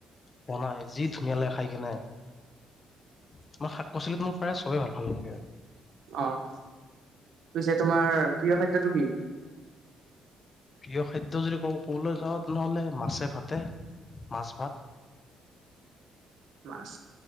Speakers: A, on the left; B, on the right.
A: বনাই যি ধুনীয়া লাগে খাই কেনে তোমাৰ শাক পাচলিত মোৰ প্ৰায় চবেই ভাল ভাল লাগে
B: অ', পিছে তোমাৰ প্ৰিয় খাদ্যটো কি?
A: প্ৰিয় খাদ্য যদি ক- ক'বলৈ যাওঁ তেনেহ'লে মাছে ভাতে, মাছ ভাত।
B: মাছ,